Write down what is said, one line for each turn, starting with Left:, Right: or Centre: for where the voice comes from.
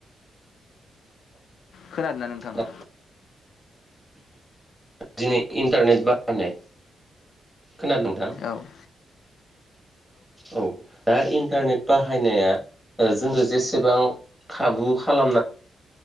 Left: खोनादोंना नोंथाङा
Centre: दा दिनै इन्टारनेट बाहायनाय खोनादों नोंथां
Left: औ
Centre: औ दा इन्टारनेट बाहायनाया जोङो जेसेबां खाबु खालामना